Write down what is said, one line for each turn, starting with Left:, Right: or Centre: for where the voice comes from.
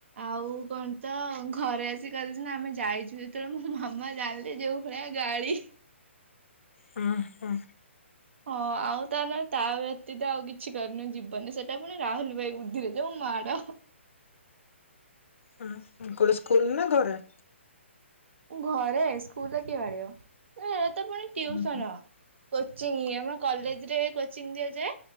Right: ଆଉ କଣ ତ ଘରେ ଆସି କହିଲୁ ସିନା ଆମେ ଯାଇଛୁ, ଯେତେବେଳେ ମୋ ମାମା ଜାଣିଲେ ଯେଉ ଭଳିଆ ଗାଳି
Left: ହଁ ହଁ।
Right: ହଁ ଆଉ ତା ନଲେ ତା ବ୍ୟତୀତ ଆଉ କିଛି କରିନୁ ଜୀବନରେ ସେଟା ପୁଣି ରାହୁଲ ଭାଇ ବୁଦ୍ଧିରେ ଯୋଉ ମାଡ।
Left: ହୁଁ କୋଉ ସ୍କୁଲ ନା ଘରେ
Right: ଘରେ, ସ୍କୁଲରେ କିଏ ବାଡେଇବ ଏ ତ ପୁଣି ଟିୟୁସନ।
Left: ହୁଁ
Right: କୋଚିଂ, ଆମ କଲେଜ ରେ କୋଚିଂ ଦିଆଯାଏ।